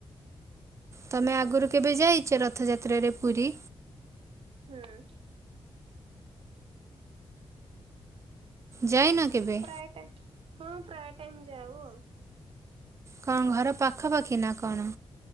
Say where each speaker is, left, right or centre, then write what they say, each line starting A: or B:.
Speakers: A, on the right; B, on the right.
A: ତମେ ଆଗରୁ କେବେ ଯାଇଚ ରଥଯାତ୍ରାରେ ପୁରୀ?
B: ହୁଁ।
A: ଯାଇନ କେବେ?
B: ପ୍ରାୟ ଟାଇମ୍ ହଁ ପ୍ରାୟ ଟାଇମ୍ ଯାଉ ଆଉ।
A: କଣ ଘର ପାଖାପାଖି ନା କଣ?